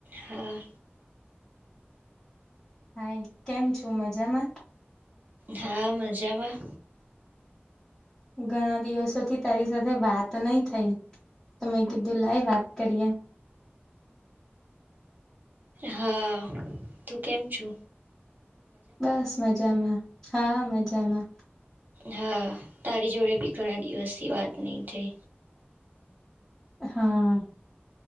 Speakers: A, on the right; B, on the left.
A: હા.
B: હાાઈ કેમ છું મજામાં
A: હા મજામાં
B: ઘણા દિવસોથી તારી સાથે વાત નહી થઈ ત મેમે કીધું લાઈ વાત કરીએ
A: હા તું કેમ છુ
B: બસ મજામાં હા મજામાં
A: હા તારી જોડે બી ઘણા દિવસથી વાત નહીં થઈ
B: હા.